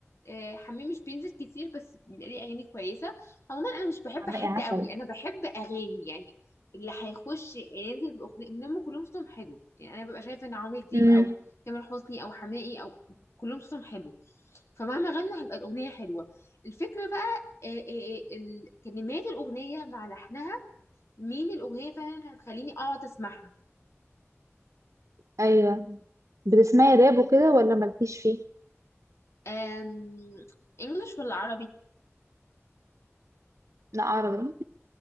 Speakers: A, on the left; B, on the right.
A: آه، حماقي مش بينزل كتير بس ليه اغاني كويسه عموما انا مش بحب
B: عم-
A: حد
B: يا عسل
A: قوي انا بحب اغاني يعني اللي هيخش ينزل باغنيه انهم كلهم صوتهم حلو يعني انا ببقى شايفه ان عمرو دياب
B: امم
A: او تامر حسني او حماقي او كلهم صوتهم حلو فمهما غنوا هيبقى الاغنيه حلوه الفكره بقى آه، آه، آه، ال- كلمات الاغنيه مع لحنها مين الاغنيه فعلا اللي هتخليني اقعد اسمعها
B: ايوه بتسمعي راب وكده ولا مالكيش فيه
A: أم... انجلش ولا عربي
B: لا عربي